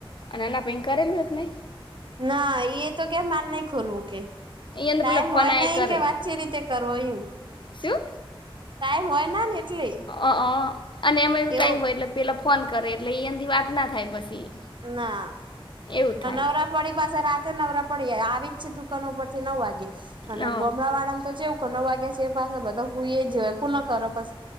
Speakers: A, on the left; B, on the right.
A: નાના ભાઈ કરેલુંય કે નહીં
B: ના એ તો કે મારે નહી ખોલવું કે
A: અહીંયા
B: ટાઈમ
A: તો પેલા
B: હોય
A: ફોન આય
B: ન
A: કરે
B: કે વાતચી રીતે કરવો એમ
A: શું
B: ટાઈમ હોય ના ને એટલે
A: અઅ અને એમાં એવું
B: એવો
A: ટાઈમ હોય એટલે પેલા ફોન કરે એટલે એનથી વાત ના થાય પછી.
B: ના
A: એવું થાય.
B: નવરા પડી પાસે રાતે નવરા પડી આવી જ છે દુકાન ઉપરથી નવ વાગે અને
A: હ
B: ગોમડાવાળા તો ચેવુક નો વાગ્યા છે એ પાસા બધા હુંએ જ જ્ય કુને કરે પસ